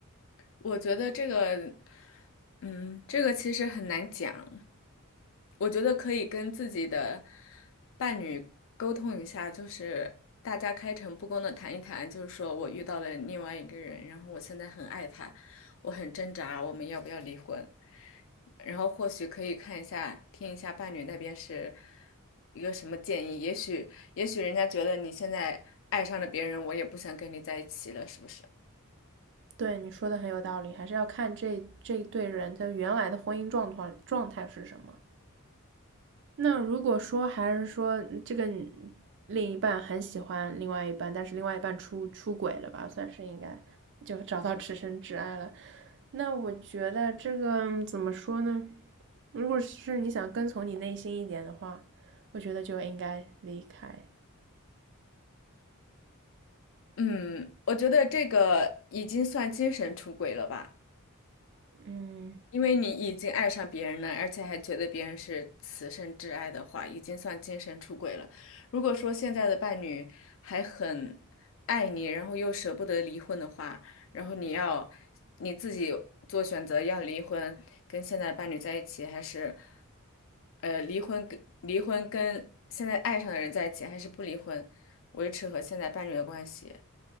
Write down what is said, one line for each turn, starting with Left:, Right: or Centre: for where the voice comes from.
Left: 我觉得这个，嗯，这个其实很难讲。我觉得可以跟自己的伴侣沟通一下，就是大家开诚布公的谈一谈，就是说我遇到了另外一个人，然后我现在很爱他，我很挣扎，我们要不要离婚？然后或许可以看一下，听一下伴侣那边是一个什么建议，也许也许人家觉得你现在爱上了别人，我也不想跟你在一起了，是不是？
Right: 对你说的很有道理，还是要看这这对人的原来的婚姻状况状态是什么。那如果说还是说嗯这个另一半很喜欢另外一半，但是另外一半出出轨了吧，算是应该就找到此生挚爱了。那我觉得这个怎么说呢？如果是你想跟从你内心一点的话，我觉得就应该离开。
Left: 嗯，我觉得这个已经算精神出轨了吧。
Right: 嗯，
Left: 因为你已经爱上别人了，而且还觉得别人是此生挚爱的话，已经算精神出轨了。如果说现在的伴侣还很爱你，然后又舍不得离婚的话，然后你要你自己做选择，要离婚，跟现在伴侣在一起，还是呃离婚跟离婚跟现在爱上的人在一起，还是不离婚，维持和现在伴侣的关系？